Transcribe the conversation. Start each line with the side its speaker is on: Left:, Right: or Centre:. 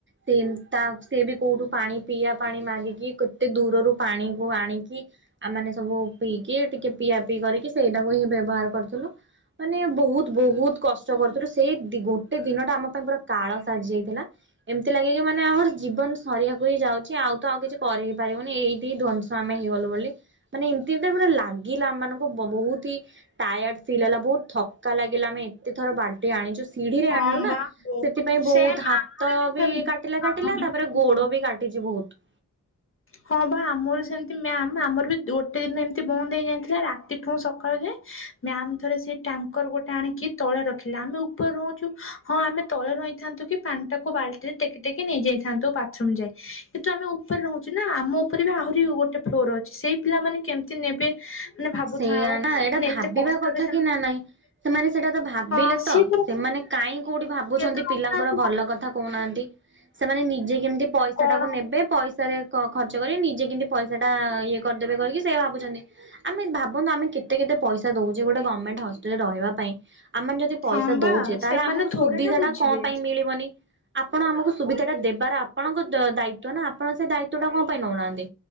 Right: ସେ ତା ସିଏ ବି କୋଉଠୁ ପାଣି ପିଇବା ପାଣି ମାଗିକି କେତେ ଦୂରରୁ ପାଣିକୁ ଆଣିକି ଆ ମାନେ ସବୁ ପିଇକି ଟିକେ ପିଇଆ ପିଇ କରିକି ସେଇଟାକୁ ହି ବ୍ୟବହାର କରୁଥିଲୁ ମାନେ ବହୁତ ବହୁତ କଷ୍ଟ କରୁଥିଲୁ। ସେଇ ଗୋଟେ ଦିନଟା ଆମ ପାଇଁ ପୁରା କାଳ ସାଜି ଯାଇଥିଲା ଏମିତି ଲାଗେ କି ମାନେ ଆମର ଜୀବନ ସରିିବା ଯାଉଛି ଆଉ ତ ଆଉ କିଛି କରି ହି ପାରିବୁନି ଏଇଠି ଧ୍ଵଂସ ଆମେ ହେଇଗଲୁ ବୋଲି ମାନେ ଏମିତି ପୁରା ଲାଗ୍ ଲାଗିଲା ଆମ୍ ମାନକୁଂ ବହୁତ ହି ଟାୟାର୍ଡ ଫିଲ୍ ହେଲା ବହୁତ ଥକା ଲାଗିଲା ଆମେ ଏତେ ଥର ବାଲ୍ଟି ଆଣିଛୁ ସିଢି ରେ
Left: ହଁ
Right: ଆଣିଲୁ ନା
Left: ବା ବହୁତ
Right: ସେଥିପାଇଁ ବହୁତ
Left: ସେମ୍
Right: ହାତ
Left: ଆମର ସେମିତି
Right: ବି କାଟିଲା କାଟିଲା
Left: ଆମର ବି
Right: ତାପରେ
Left: ସେମିତି
Right: ଗୋଡ ବି କାଟ ଟଛି ବହୁତ।
Left: ହଁ ବା ଆମର ସେମତି ମ୍ୟାମ୍ ଆମର ବି ଗୋଟେ ଦିନ ଏମିତି ବନ୍ଦ ହେଇଯାଇଥିଲା ରାତିଠୁ ସକାଳୁ ଯାଏ। ମ୍ୟାମ ଥରେ ସେ ଟାଙ୍କର ଗୋଟେ ଆଣିକି ତଳେ ରଖିଲେ ଆମେ ଉପରେ ରହୁଛୁ ହଁ ଆମେ ତଳେ ର କହି ଥାନ୍ତୁ କି ପାଣି ଟାକୁ ବାଲଟିରେ ଟେକି ଟେକି ନେଇଯାଇଥାନ୍ତୁ ବା ଯଏ କିନ୍ତୁ ଆମେ ଉପରେ ର ନା ଆମ ଉପରେ ବି ଆହୁରି ଗୋଟେ ଫ୍ଲୋର୍ ଅଛି ସେଇ ପିଲାମାନେ କେମିତି ନେବେ ମାନେ ଭାବୁଥାଅ
Right: ସେଇଆ ନା ଏଇଟା
Left: ମାନେ
Right: ଭାବିବା
Left: ଏତେ କଷ୍ଟରେ
Right: କଥା
Left: ସେମାନେ
Right: କି ନା ନାଇଁ ସେମାନେ ସେଇଟା ଭାବିଲେ
Left: ହଁ
Right: ତ
Left: ସିଏ
Right: ସେମାନେ କାହିଁ କୋଉଠି ଭାବୁଛନ୍ତି
Left: ତ ରହୁନାହାନ୍ତି।
Right: ପିଲାଙ୍କର ଭଲ କଥା କହୁନାହାନ୍ତି। ସେମାନେ ନିଜେ କେମିତି ପଇସା
Left: କଣ
Right: ଟାକୁ ନେବେ ପଇସାରେ ଖର୍ଚ୍ଚ କରି ନିଜେ କେମିତି ପଇସା ଟା ଆ ଇଏ କରିଦେବେ କରିକି ସେ ଭାବୁଛନ୍ତି। ଆମେ ଭାବନ୍ତୁ ଆମେ କେତେ କେତେ ପଇସା ଦଉଛେ ଗଟେ ଗଭର୍ଣ୍ଣମେଣ୍ଟ ହସ୍ଟାଲରେ ରହିବା ପାଇଁ ଆମ ମାନେ ଯଦି ପଇସା
Left: ହଁ
Right: ଟା
Left: ବା
Right: ଦଉଛେ ତାହେଲେ
Left: ସେମାନେ
Right: ଆମକୁ
Left: ଥୋଡି
Right: ସୁବିଧା
Left: ନା ବୁଝିବେ
Right: ଟା କଣ ପାଇଁ ମିଳିବନି। ଆପଣ ଆମକୁ ସୁବିଧା ଟା ଦେବାର ଆପଣଙ୍କ ଦାୟିତ୍ୱ ନା ଆପଣ ସେ ଦାୟିତ୍ୱ ଟା କଣ ପାଇଁ ନଉନାହାନ୍ତି।